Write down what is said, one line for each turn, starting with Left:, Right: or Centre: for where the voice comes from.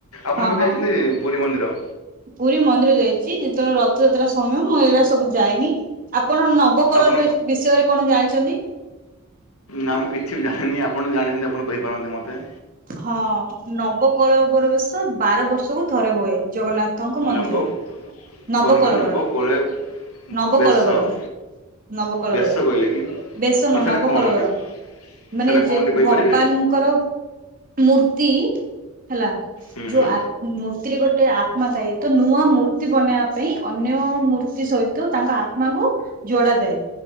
Left: ଆପଣ
Right: ହଁ
Left: କେବେ
Right: ହଁ
Left: ଯାଇଛନ୍ତି ପୁରୀ ମନ୍ଦିର?
Right: ପୁରୀ ମନ୍ଦିର ଯାଇଛି ଯେତେବେଳେ ରଥଯାତ୍ରା ସମୟ ମୁଁ ଏଇଡା ସବୁ ଯାଇନି ଆପଣ ନବକ
Left: ଆପଣ
Right: ଳ ବିଷୟରେ କଣ ଜାଣିଛନ୍ତି?
Left: ନା ମୁଁ କିଛି ବି ଜାଣିନି ଆପଣ ବି ଜାଣିଛନ୍ତି ଆପଣ କହିପାରନ୍ତି ମୋତେ।
Right: ହଁ ନବକଳବର ବେଶ ବାର ବର୍ଷକୁ ଥରେ ହୁଏ ଜଗନ୍ନାଥଙ୍କ ମନ୍ଦିରରେ
Left: ନବ
Right: ନବକଳବର
Left: କଣ କହିଲେ ନବ କୋଳେ
Right: ନବକଳବର
Left: ବେଶ
Right: ନଭକଳବର
Left: ବେଶ କହିଲେ କି
Right: ବେସନ
Left: ମାନେ ସେଇଟା
Right: ନଭକଳବର।
Left: କଣ ଟି
Right: ମାନେ
Left: ସେଇଟା
Right: ଯେ
Left: କଣ ଟି କହିପାରିବେ?
Right: ଭଗବାନଙ୍କର ମୂର୍ତ୍ତି ହେଲା
Left: ହୁଁ
Right: ଯୋଉ
Left: ହୁଁ
Right: ମୂର୍ତ୍ତିରେ ଗୋଟେ ଆତ୍ମା ଥାଏ ତ ନୂଆ ମୂର୍ତ୍ତି ବନେଇବା ପାଇଁ ଅନ୍ୟ ମୂର୍ତ୍ତି ତି ସହିତ ତାଙ୍କ ଆତ୍ମା କୁ ଯୋଡ ଯାଏ